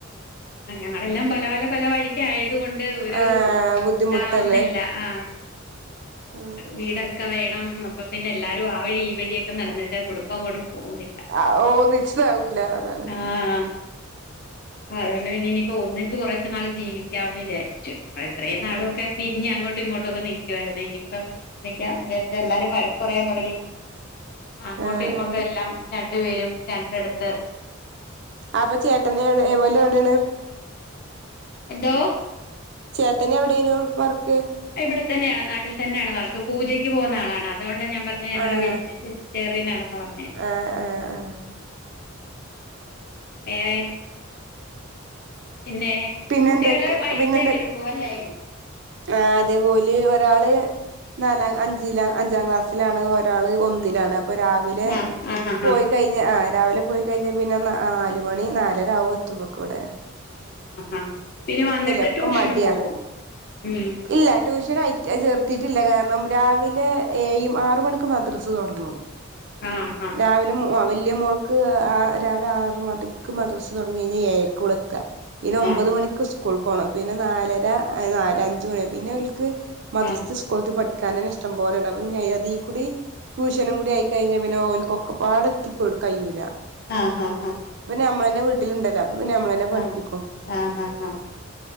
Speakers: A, on the left; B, on the right.
A: ആ ഞങ്ങളെല്ലാം പല പല പല വഴിക്ക ആയത് കൊണ്ട് ഒരു
B: ആഹ് ബുദ്ധിമുട്ടല്ലേ
A: ഇതാവുന്നില്ല ആ
B: ആഹ്
A: വീടൊക്കെ വേണം അപ്പൊ പിന്നെ എല്ലാരും ആ വഴി ഈ വഴിയൊക്കെ നടന്നിട്ട് കുടുംബം അങ്ങോട്ട് പോകുന്നില്ല
B: ആഹ് ആഹ് ഒന്നിച്ചതാവൂല അതാണ്
A: ആഹ് ഹാ അതോണ്ട് നിനി ഇപ്പൊ ഒന്നിച്ച് കുറച്ചു നാൾ ജീവിക്കാവന്ന് വിചാരിച്ചു അ ഇത്രയും
B: ആഹ്
A: നാളൊക്കെ പിരിഞ്ഞ് അങ്ങോട്ടും ഇങ്ങോട്ടു ഒക്കെ നിക്കുവായിരുന്നു. ഇനിയിപ്പം എന്തക്കാന്ന് വിചാരിച്ച എല്ലാരും വഴക്കു പറയാൻ തുടങ്ങി അങ്ങോട്ടും
B: ആഹ്
A: ഇങ്ങോട്ടും
B: ആഹ്
A: എല്ലാം രണ്ടുപേരും രണ്ടിടത്ത്
B: അപ്പൊ ചേട്ടൻ്റെ എടെ എവലൊ ടെണ്
A: എന്തോ
B: ചേട്ടന് എവിടെനു വർക്ക്
A: ഇവിടെത്തന്നെയാണ് നാട്ടിൽ തന്നെയാണ് വർക്ക്. പൂജക്ക് പോകുന്ന ആളാണ്. അതുകൊണ്ട ഞാൻ പറഞ്ഞ ഞങ്ങള്
B: ആഹ്
A: വെ ജിറ്റേറിയനാണെന്ന് പറഞ്ഞ
B: ആഹ് ആഹ് ആഹ്
A: വേറെ പിന്നെ
B: പിന്നെന്തൊക്കെ
A: കുട്ടികള് വൈകിട്ടേ
B: പിന്നെന്തൊ
A: വരുള്ളൂ അല്ലേ
B: ആ അതേ, ഓൽ ഒരാൾ നാലാം അഞ്ചിലാ. അഞ്ചാം ക്ലാസ് സിലാണ് ഒരാൾ ഒന്നിലാണ്. അപ്പോ രാവിലെ
A: ആഹ് ആഹ് ആഹ്
B: പോയി
A: ആഹ്
B: കഴിഞ്ഞ ആ രാവിലെ പോയിക്കഴിഞ്ഞാൽ പിന്നെ നാലുമണി നാലരാവും എത്തുമ്പോക്ക് വടെ
A: ആ ആ പിന്നെ വന്നിട്ട്
B: ഒക്കെ
A: ട്യൂഷന്
B: മടിയാ
A: പോകും. ഉം
B: ഇല്ല ട്യൂഷൻ ആയിറ്റ ചേർത്തിട്ടില്ല. കാരണം രാവിലെ ഏഴ് ആറ് മണി ക്ക് മദ്രസ് തുടങ്ങും
A: ആഹ് ആഹ്
B: രാവിലെ എൻ്റെ വലിയ മോൾക്ക് ആ രാവിലെ ആറ് മണിക്ക് മദ്റസ് തൊട്ങ്ങി കഴിഞ്ഞ ഏഴര്ക്ക് ഇവിടെ എത്ത പിന്നെ ഒമ്പത്
A: ആഹ്
B: മണിക്ക് സ്കൂൾക്കോണം. പിന്നെ നാലര ന ലഞ്ച് പിന്നെ ഓൽക്ക് മദ്രസ്ത്തെ
A: ആഹ്
B: സ്കൂൾത്ത പഠി ക്കാനന്നെ ഇഷ്ടം പോലെണ്ട്. അപ്പം പിന്നെ, അധി കൂടി ട്യൂഷനും കൂടി ആയി കഴിഞ്ഞ പിന്നെ ഓൽക്ക് ഒക്കെപ്പാടെ എത്തിപ്പോട് കയ്യൂല.
A: ആഹ് ഹ ഹ
B: ഇപ്പം ഞമ്മളന്നെ വീട്ടിൽ ഉണ്ടല്ലോ അപ്പൊ പിന്നെ നമ്മളെന്നെ പഠിപ്പിക്കും.
A: ആഹ് ആഹ് ആഹ്